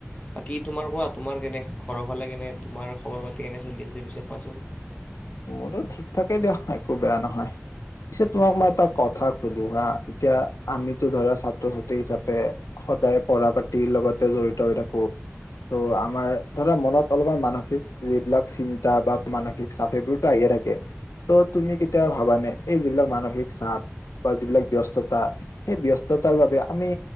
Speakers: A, on the left; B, on the left.
A: বাকী তোমাৰ কোৱা তোমাৰ কেনে ঘৰৰ ফালে কেনে তোমাৰ খবৰ পাতি কেনে চলি আছে পিছে কোৱাচোন
B: মোৰো ঠিক থাকেই দিয়া হয় একো বেয়া নহয় পিছে তোমাক মই এটা কথা সুধো হা এতিয়া আমিতো ধৰা ছাত্ৰ ছাত্ৰী হিচাপে সদায় পঢ়া পাতিৰ লগতে জড়িত হৈ থাকো ত' আমাৰ ধৰা মনত অলপমান মানসিক যিবিলাক চিন্তা বা মানসিক চাপ এইবোৰ আহিয়ে থাকে ত' তুমি কেতিয়াবা ভাবানে এই যিবিলাক মানসিক চাপ বা যিবিলাক ব্যস্ততা সেই ব্যস্ততাৰ বাবে আমি